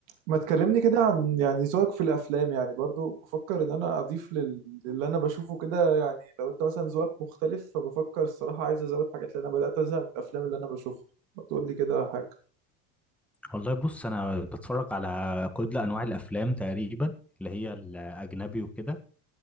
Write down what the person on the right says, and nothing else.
ما تكلمني كده عن يعني ذوقك في الافلام يعني برضو بفكر ان انا اضيف لل- للي انا بشوفه كده يعني لو انت مثلا ذوقك مختلف فبفكر الصراحه عايز ازود حاجات لان انا بدات ازهق من الافلام اللي انا بشوفها ما تقول لي كده حاجه